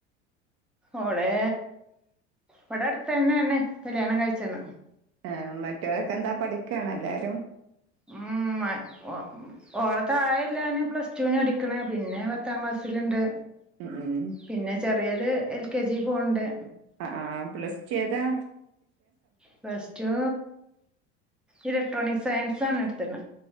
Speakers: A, in the centre; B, on the right.
A: ഓളെ പടാ തന്നെ തന്നെ കല്യാണം കഴിച്ചു ച്ചന
B: ആ മറ്റവരൊക്കെ എന്താ പഠിക്കയാണ് എല്ലാരും
A: ഉ ഓളത്ത ആായല്ലാന് പ്ലസ് ടുന് അടിക്കണ പിന്നെ പത്താം ക്ലാസ്സിലുണ്ട്
B: ഉം ഉം
A: പിന്നെ ചെറിയത് കെ ജി പോണ്ട്
B: ആ ആ പ്ലസ് ചെയ്താ
A: പ്ലസ് ടു ഇലക്ട്രോണിക് സയൻസ് സാനഡ് എട്ട്ന